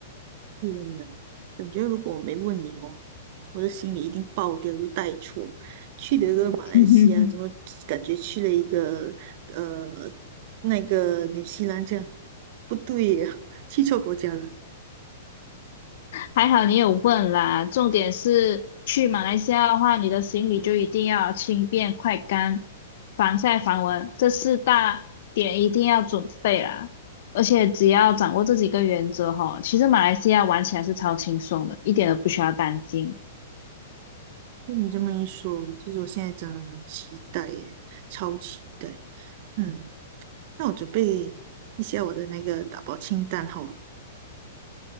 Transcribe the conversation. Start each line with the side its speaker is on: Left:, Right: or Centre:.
Right: 嗯，感觉如果我没问你哦，我的心里一定爆掉，就带错。去了一个马来西亚，
Left: <laughs>
Right: 怎么感觉去了一个呃那个纽西兰这样？不对呀，去错国家了。
Left: 还好你有问啦，重点是去马来西亚的话，你的行李就一定要轻便、快干、防晒、防蚊，这四大点一定要准备啦。而且只要掌握这几个原则哈，其实马来西亚玩起来是超轻松的，一点都不需要担心。
Right: 被你这么一说，其实我现在真的很期待耶，超期待。嗯，那我准备一下我的那个打包清单哈。